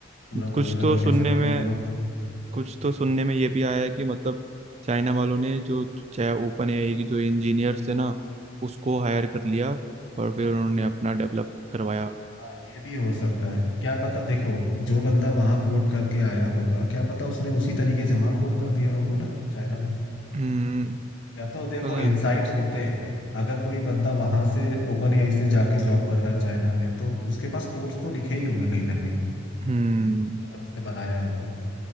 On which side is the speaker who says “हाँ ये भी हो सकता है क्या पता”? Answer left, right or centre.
Left